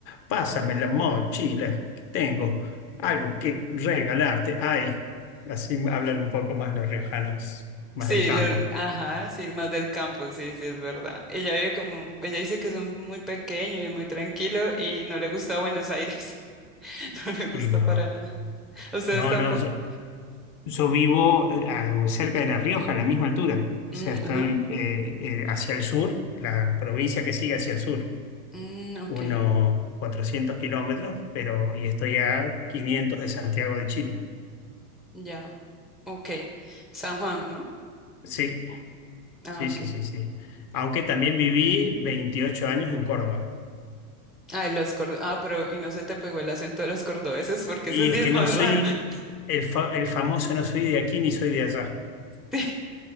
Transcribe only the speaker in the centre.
Sí,
la- ajá, sí, más del campo, sí, sí, es verdad. Ella vive como, ella dice que son muy pequeño y es muy tranquilo y no le gusta Buenos Aires, <laughs> no le gusta
para nada. ¿Ustedes
tampoco?
Mm,
ajá,
mm, ok,
ya, ok. San Juan, ¿no?
Ah,
ok.
Ay, los cordobeses, ah, pero y no se te pegó el acento de los cordobeses porque
ese sí
es
más
raro, <laughs>
Sí,